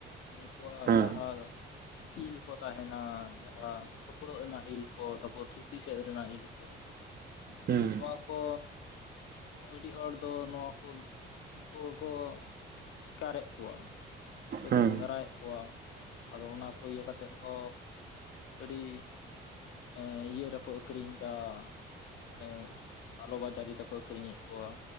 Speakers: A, on the left; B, on the right.
A: ᱱᱩᱠᱩᱣᱟᱜ
B: ᱦᱮᱸ
A: ᱡᱟᱦᱟᱸ ᱤᱞ ᱠᱚ ᱛᱟᱦᱮᱸᱱᱟ ᱡᱟᱦᱟᱸ ᱯᱷᱟᱠᱲᱟᱹᱜ ᱨᱮᱱᱟᱜ ᱤᱞ ᱠᱚ ᱛᱟᱯᱚᱨ ᱪᱩᱯᱤ ᱥᱮᱫ ᱨᱮᱱᱟᱜ ᱤᱞ ᱠᱚ
B: ᱦᱩᱸ
A: ᱱᱚᱣᱟ ᱠᱚ ᱟᱹᱰᱤ ᱦᱚᱲ ᱫᱚ ᱱᱚᱣᱟ ᱠᱚ ᱩᱱᱠᱩ ᱜᱮᱠᱚ ᱥᱤᱠᱟᱨᱮᱜ ᱠᱚᱣᱟ᱾ ᱥᱮᱠᱚ
B: ᱦᱩᱸ
A: ᱥᱮᱸᱫᱽᱨᱟᱭᱮᱜ ᱠᱚᱣᱟ᱾ ᱟᱫᱚ ᱚᱱᱟ ᱠᱚ ᱤᱭᱟᱹ ᱠᱟᱛᱮᱫ ᱠᱚ ᱟᱹᱰᱤ ᱮᱸ ᱤᱭᱟᱹ ᱨᱮᱠᱚ ᱟᱹᱠᱷᱨᱤᱧ ᱫᱟ ᱢᱟᱱᱮ ᱠᱟᱞᱳ ᱵᱟᱡᱟᱨᱤ ᱛᱮᱠᱚ ᱟᱹᱠᱷᱨᱤᱧᱮᱜ ᱠᱚᱣᱟ᱾